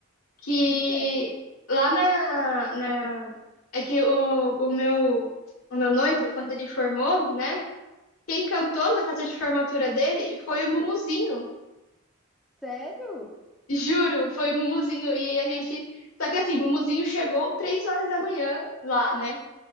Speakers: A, on the left; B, in the centre.
A: que
B: Do quê?
A: lá na, na é que o, o meu o meu noivo quando ele formou, né? Quem cantou na festa de formatura dele foi o Mumuzinho.
B: Sério?
A: Juro, foi o Mumuzinho e a gente só que assim, o Mumuzinho chegou três horas da manhã lá, né?